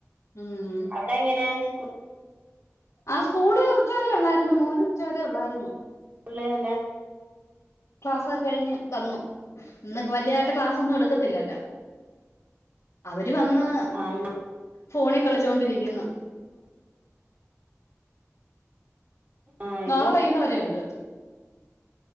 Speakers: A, on the left; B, on the right.
A: ഉം
B: അവടെ എങ്ങനെ സ്കൂ
A: ആഹ് സ്കൂള് ഉച്ചവരെ ഒള്ളാരുന്ന് മോന് ഉച്ചവരെ ഒള്ളാരുന്നു.
B: <unintelligible>
A: ക്ലാസ്സൊക്കെ കഴിഞ്ഞ് വന്നു ഇന്ന് വല്യായിട്ട് ക്ലാസ്സ് ഒന്നും എടുക്കത്തില്ലല്ലോ. അവര് വന്ന്
B: <unintelligible>
A: ഫോണി കളിച്ചോണ്ടിരിക്കുന്നു.
B: ആഹ് ഇത്
A: നാളെ വൈകുന്ന വരെയുണ്ട്.